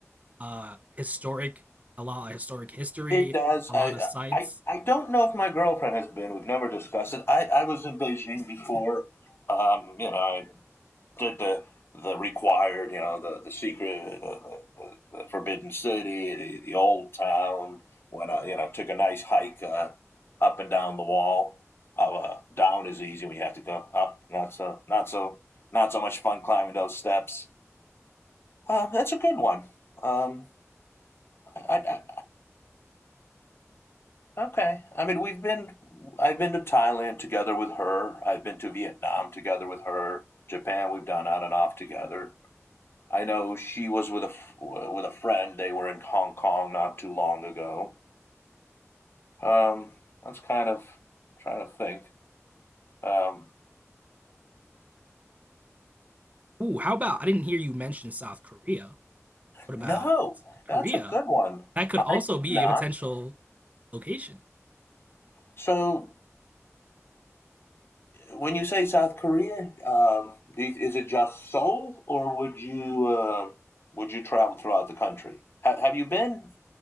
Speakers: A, on the right; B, on the left.
A: uh historic a lot of historic history,
B: It does.
A: a
B: I
A: lot of sites.
B: I I don't know if my girlfriend has been. We've never discussed it. I, I was in Beijing before. Um, you know, I did the the required, you know, the the secret, uh, the, the, Forbidden City, the, the old town. When I, you know, took a nice hike uh, up and down the wall. Uh, down is easy when you have to go up. Not so, not so, not so much fun climbing those steps. Um, that's a good one. Um, I, I, okay. I mean, we've been. I've been to Thailand together with her. I've been to Vietnam together with her. Japan, we've done on and off together. I know she was with a with a friend. They were in Hong Kong not too long ago. Um, that's kind of trying to think. Um,
A: Ooh, how about I didn't hear you mention South Korea. What
B: no,
A: about South Korea?
B: that's a good one.
A: That could
B: I
A: also
B: did
A: be
B: not.
A: a potential location.
B: So when you say South Korea, um, do you, is it just Seoul, or would you uh, would you travel throughout the country? Ha- have you been?